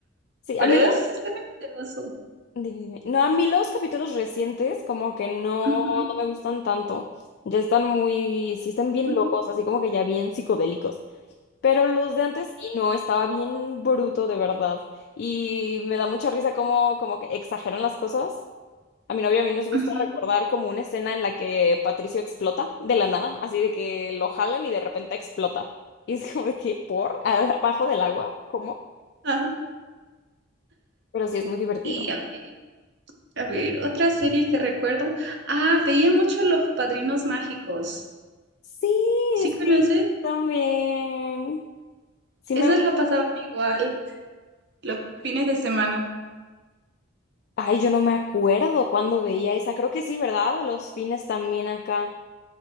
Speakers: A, on the left (about 55°); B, on the right (about 60°).
A: Sí,
B: pero
A: a mí
B: es gracioso.
A: Dime, dime. No, a mí los capítulos recientes como que no,
B: Ujú,
A: no me gustan tanto. Ya están muy, sí están bien
B: ujú,
A: locos, así como que ya bien psicodélicos. Pero los de antes sí, no, estaba bien bruto de verdad. Y me da mucha risa como, como que exageran las cosas. A mi novia y a mí nos gusta
B: ujú.
A: recordar como una escena en la que Patricio explota de la nada, así de que lo jalan y de repente explota. Y es como de que, ¿por? ¿Abajo del agua? ¿Cómo?
B: Ajá.
A: Pero sí es muy divertido.
B: Y a ver, a ver, otra serie que recuerdo. Ah, veía mucho Los Padrinos Mágicos.
A: Sí,
B: ¿Sí
A: sí,
B: conoces?
A: también. Sí
B: Esas
A: me... gu-
B: la pasaban igual los fines de semana.
A: Ay, yo no me acuerdo cuándo veía esa. Creo que sí, ¿verdad? Los fines también acá.